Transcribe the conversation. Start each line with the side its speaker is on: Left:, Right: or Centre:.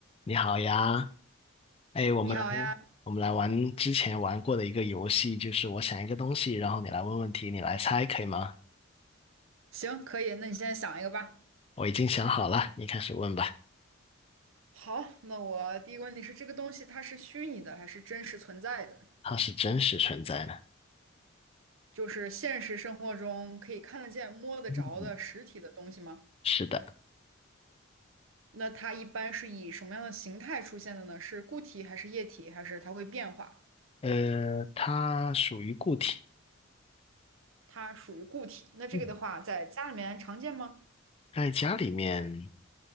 Left: 你好呀，哎，我们来
Right: 你好呀，
Left: 我们来玩之前玩过的一个游戏，就是我想一个东西，然后你来问问题，你来猜，可以吗？
Right: 行，可以，那你现在想一个吧。
Left: 我已经想好了，你开始问吧。
Right: 好，那我第一个问题是，这个东西它是虚拟的还是真实存在的？
Left: 它是真实存在的，
Right: 就是现实生活中可以看得见、摸得着的实体的东西吗？
Left: 嗯是的，
Right: 那它一般是以什么样的形态出现的呢？是固体还是液体，还是它会变化？
Left: 呃，它属于固体，
Right: 它属于固体。那这个的话，
Left: 嗯，
Right: 在家里面常见吗？
Left: 在家里面，